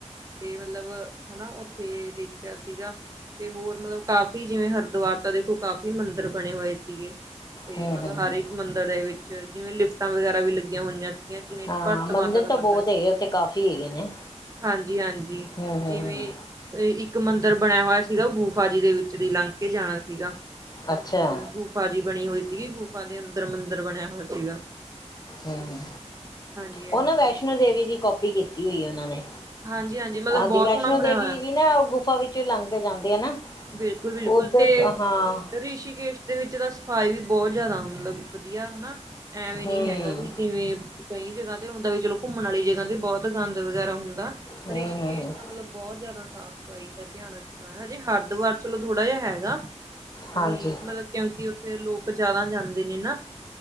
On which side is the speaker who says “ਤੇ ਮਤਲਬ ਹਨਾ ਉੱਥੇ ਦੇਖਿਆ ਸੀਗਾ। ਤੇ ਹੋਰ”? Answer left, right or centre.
Right